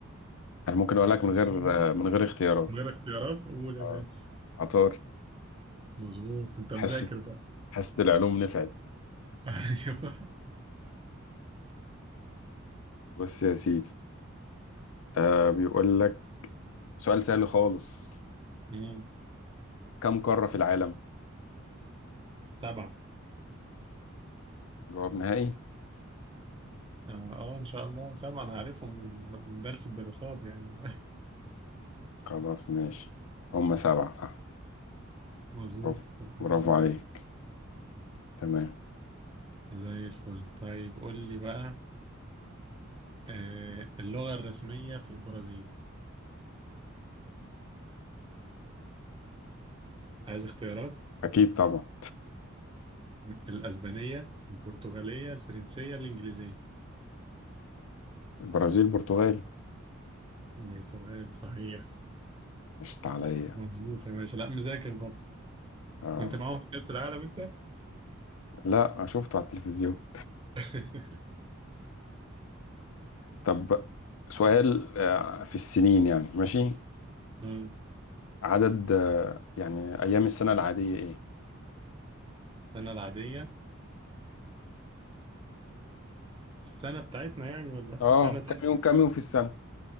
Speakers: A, on the left (about 75°); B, on the right (about 25°).
A: انا ممكن اقول لك من
B: الزهرة
A: غير من غير اختيارات
B: من غير اختيارات قول يا
A: اه
B: باشا
A: عطار
B: مظبوط انت
A: حاسة
B: مذاكر بقى
A: حاسة العلوم نفعت
B: <laughs> ايوه
A: بص يا سيدي آه بيقول لك سؤال سهل خالص
B: مم.
A: كم قارة في العالم؟
B: سبعة
A: جواب نهائي
B: اه آه، ان شاء الله سبعة انا عارفهم من من درس الدراسات يعني
A: خلاص ماشي هم سبعة صح
B: <laughs> مظبوط
A: برافو
B: الحمد
A: برافو
B: لله
A: عليك تمام
B: زي الفل طيب قول لي بقى آه اللغة الرسمية في البرازيل عايز اختيارات
A: أكيد طبعا
B: م- الأسبانية البرتغالية الفرنسية الإنجليزية
A: البرازيل البرتغال
B: البرتغال صحيح
A: مشت عليا
B: مظبوط يا باشا لا مذاكر برضه
A: آه.
B: كنت معاهم في كأس العالم انت
A: لا شفته على التلفزيون
B: <laughs>
A: طب سؤال آه في السنين يعني ماشي
B: مم.
A: عدد آه يعني أيام السنة العادية إيه؟
B: السنة العادية السنة بتاعتنا يعني ولا في
A: آه
B: سنة تانية
A: كم يوم كم يوم في السنة؟